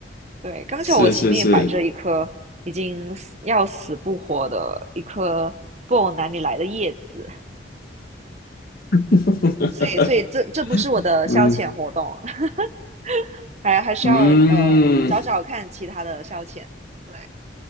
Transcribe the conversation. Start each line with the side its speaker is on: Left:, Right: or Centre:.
Right: 对，刚巧我前面也摆着一颗已经死要死不活的一颗不懂哪里来的叶子，
Left: 是是是，<laughs>
Right: 所以所以这这不是我的消遣活动，
Left: 嗯
Right: <laughs> 还还需要呃找找看其他的消遣。
Left: 嗯，
Right: 对，